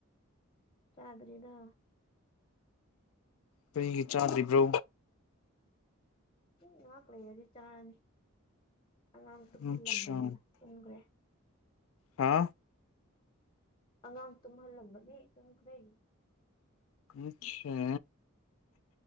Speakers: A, on the left; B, on the left.
A: ꯆꯥꯗꯔꯤꯗ
B: ꯀꯔꯤꯒꯤ ꯆꯥꯗ꯭ꯔꯤꯕ꯭ꯔꯣ
A: ꯎꯝ ꯉꯥꯏꯍꯥꯛ ꯂꯩꯔꯗꯤ ꯆꯥꯔꯅꯤ ꯑꯉꯥꯡ ꯇꯨꯝꯍꯜꯂꯝꯕꯅꯤꯅ
B: ꯑꯆꯥ
A: ꯇꯨꯝꯈ꯭ꯔꯦ
B: ꯍꯥ
A: ꯑꯉꯥꯡ ꯇꯨꯝꯍꯜꯂꯝꯕꯅꯦ ꯇꯈ꯭ꯔꯅꯤ
B: ꯑꯆꯥ